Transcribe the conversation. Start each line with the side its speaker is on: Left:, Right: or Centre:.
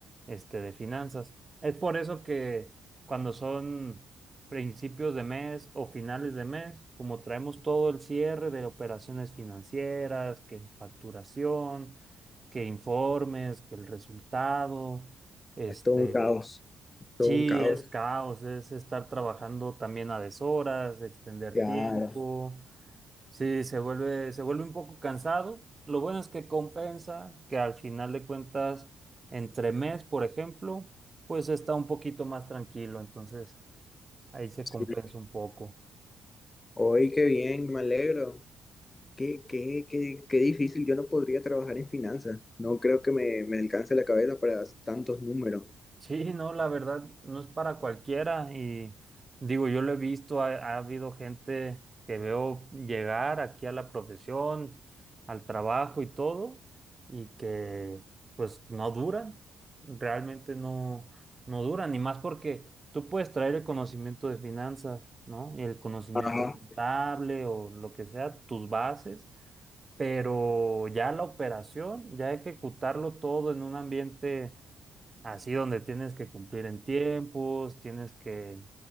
Right: este, de finanzas. Es por eso que cuando son principios de mes o finales de mes, como traemos todo el cierre de operaciones financieras, que facturación, que informes, que el resultado, este,
Left: Es todo un caos, todo
Right: sí,
Left: un caos.
Right: es caos, es estar trabajando también a deshoras, extender
Left: Claro.
Right: tiempo, sí, se vuelve, se vuelve un poco cansado. Lo bueno es que compensa, que al final de cuentas, entre mes, por ejemplo, pues está un poquito más tranquilo, entonces ahí se
Left: sí.
Right: compensa un poco.
Left: Hoy qué bien, me alegro. Qué, qué, qué, qué difícil, yo no podría trabajar en finanzas, no creo que me, me alcance la cabeza para tantos números.
Right: Sí, no, la verdad no es para cualquiera y digo, yo lo he visto, ha, ha habido gente que veo llegar aquí a la profesión, al trabajo y todo, y que pues no duran, realmente no, no duran, y más porque tú puedes traer el conocimiento de finanzas, ¿no? Y el conocimiento
Left: Ajá,
Right: contable o lo que sea, tus bases, pero ya la operación, ya ejecutarlo todo en un ambiente Así donde tienes que cumplir en tiempos, tienes que,